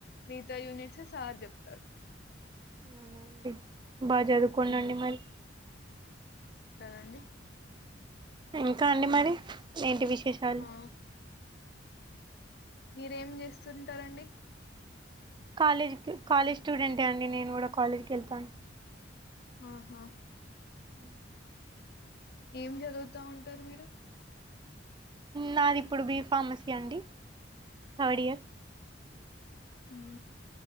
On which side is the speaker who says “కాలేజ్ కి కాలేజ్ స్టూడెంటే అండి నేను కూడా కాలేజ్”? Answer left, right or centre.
Right